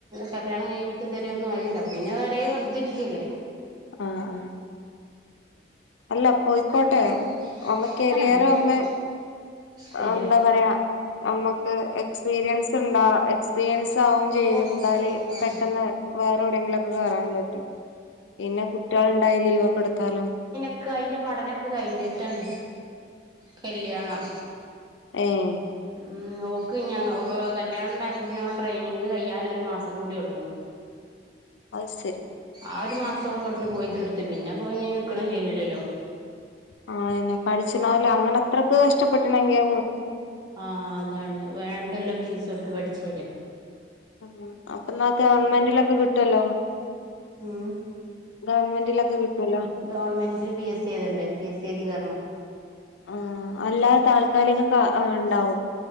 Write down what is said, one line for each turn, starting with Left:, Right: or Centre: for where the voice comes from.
Right: കല്യാണം കഴിഞ്ഞിട്ട് ഇതുവരെ ഒന്നും ആയില്ല പിന്നെ പെരേ വെറുതെ ഇരിക്കവല്ലേ,
Left: ആഹ് ആഹ്, അല്ല പോയിക്കോട്ടെ
Right: അപ്പ അങ്ങനെ
Left: അതാവുമ്പോ കരിയറ്
Right: അല്ല പോയിക്കോട്ടെ
Left: ഒന്ന്
Right: ശരിയാ
Left: എന്താ പറയ്ക നമ്മക്ക് എക്സ്പീരിയൻസ് ഉണ്ടാ എക്സ്പീരിയൻസ് ആവും ചെയ്യും
Right: ഓ
Left: എന്താല്
Right: ആഹ്
Left: പെട്ടെന്ന്- വേറെ എവിടെയെങ്കിലൊക്കെ കേറാനും പറ്റും പിന്നെ കുട്ടികൾ ഉണ്ടായാൽ ലീവൊക്കെടുത്താലും -
Right: ക്കെ അയ്ൻ്റെ പഠനൊക്കെ കഴിഞ്ഞിട്ടാണ് കല്യാണം.
Left: ഏയ്
Right: ഉം ഓക്ക് ഞ കല്യാണം ഉണ്ടായപ്പോത്തിന് ഓൾടെ ട്രെയിനിങ് കഴിയാൻ ഒരു മാസം കൂടിയെ ഉള്ളെന്
Left: അത് ശരി,
Right: ആ ഒരു മാസത്തോളം ഇവിടുന്ന് പോയി തീർത്ത് പിന്നെ പോയി നിൽക്കണെ ശരിയല്ലല്ലോ
Left: ആഹ് അത് തന്നെ പഠിച്ച്ന്നാലും അങ്ങനെ അത്രക്ക് ഇഷ്ടപ്പെട്ട്ണെങ്കോ
Right: ആഹ് അതാണ് വേണ്ടല്ലോ ഫീസ് കൊടുത്ത് പഠിച്ചയല്ലേ
Left: ആഹ് അപ്പൊ എന്നാ ഗവൺമെന്റിലൊക്കെ കിട്ടുവല്ലോ,
Right: ഉം
Left: ഗവൺമെന്റിലൊക്കെ കിട്ടൂവല്ലോ
Right: ഗവൺമെന്റിൽ പി എസ് സി എഴുതണ്ടേ പി എസ് സി എഴുതി കേറണം,
Left: ആഹ് അല്ലാതെ താൽക്കാലിക ഇണ്ടാവും